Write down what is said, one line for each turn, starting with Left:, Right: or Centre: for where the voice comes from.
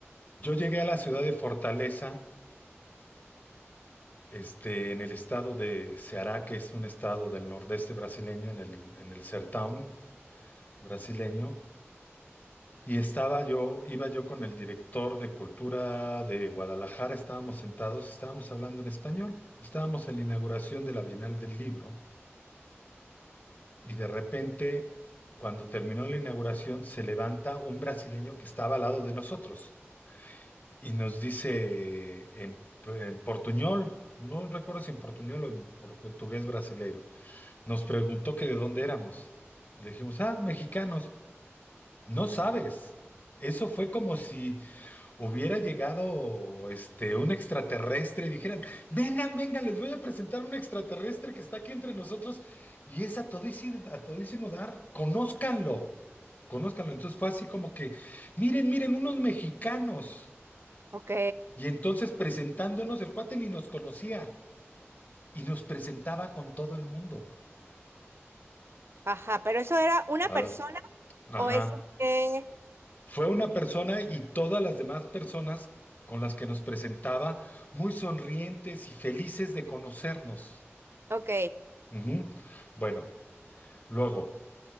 Left: Yo llegué a la ciudad de Fortaleza este, en el estado de Ceará, que es un estado del nordeste brasileño, en el, en el Sertão brasileño. Y estaba yo, iba yo con el director de cultura de Guadalajara, estábamos sentados, estábamos hablando en español, estábamos en la inauguración de la Bienal del Libro y de repente, cuando terminó la inauguración, se levanta un brasileño que estaba al lado de nosotros y nos dice en, en portuñol, no recuerdo si en portuñol o en portugués brasileiro, Nos preguntó que de dónde éramos. Le dijimos, ah, mexicanos. No sabes. Eso fue como si hubiera llegado este, un extraterrestre y dijeran, vengan, vengan, les voy a presentar un extraterrestre que está aquí entre nosotros y es a todísimo, a todísimo dar, conózcanlo, conózcanlo. Entonces fue así como que, miren, miren, unos mexicanos.
Right: ok,
Left: Y entonces presentándonos, el cuate ni nos conocía y nos presentaba con todo el mundo.
Right: ajá, pero eso era una
Left: A
Right: persona
Left: ver, ajá.
Right: o eso que...
Left: Fue una persona y todas las demás personas con las que nos presentaba muy sonrientes y felices de conocernos.
Right: Ok,
Left: Ujú. Bueno, luego,